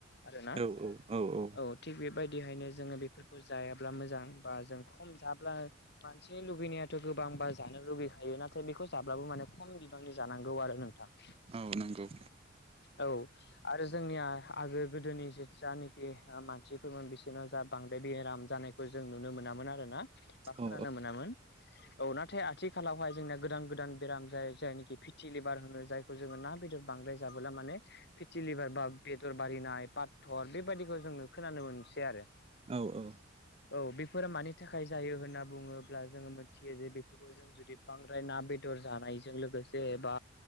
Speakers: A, on the left; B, on the right.
A: आरोना
B: औ औ औ
A: औ थिग बेबायदिहायनो जोङो बेफोरखौ जायाब्ला मोजां बा जों खम जाब्ला मानसिनि लुगैनायाथ' गोबांथार जानो लुगैखायो नाथाय बेखौ जाब्लाबो माने खम बिबांनि जानांगौ आरो नोंथां
B: औ नंगौ।
A: औ आरो जोंनिया आगो गोदोनि जानाखि मानसिफोरमोन बिसोरनाव जा बांद्राय बेराम जानाय खौ जों नुनो मोनामोन आरोना। बा खोनानो
B: औ
A: मोनामोन औ नाथाय आथिखालावहाय जोंनाया गोदान गोदान बेराम जाय जायनिखि फिथि लेबार होनो जायखौ जोङो ना बेदर बांद्राय जाबोला माने फेथिलिभार बा बेदर बारिनाय पाथर बेबायदिखौ जोंनो खोनानो मोनसै आरो
B: औ औ
A: औ बेफोर मानि थाखाय जायो होन्ना बुङोब्ला जोङो मोनथियो जे बेफोरखौ जों जुदि बांद्राय ना बेदर जानाय जों लोगोसे बा